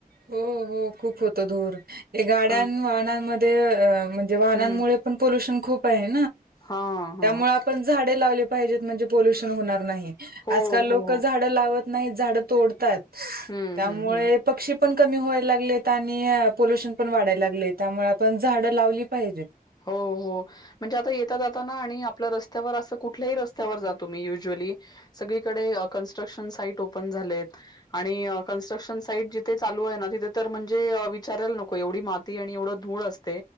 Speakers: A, on the right (about 85°); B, on the left (about 25°).
A: हो हो खूप होत धूर गाड्यां
B: हा
A: वाहनांमध्ये म्हणजे वाहनांमुळे
B: हम्म
A: पण प्यु खप आहे
B: हा हा
A: त्यामुळे आपण झाडे. ज म्हणजे प्युशन होणार नाही
B: हो
A: आजकाल लोक
B: हो
A: झाड लावत नाही झाड तोडतात.
B: हम्म
A: त्यामुळे
B: हम्म हम्म
A: पक्षी पण कमी व्हाय लाग. आणि पोल्युशन पण वाढायला लागले त्यामुळे आपण झाड लावली पाहिजेत.
B: हो हो. म्हणजे आता येता जाताना आणि आपल्या रस्त्यावर असं कुठल्याही रस्त्यावर जातो मी युज्युअली सगळीकडे कन्स्ट्रक्शन साईट ओपन झालेत. आणि कन्स्ट्रक्शन साईट जिथे चालू आहे ना, तिथे तर म्हणजे विचारायला नको एवढी मात व धूळ अस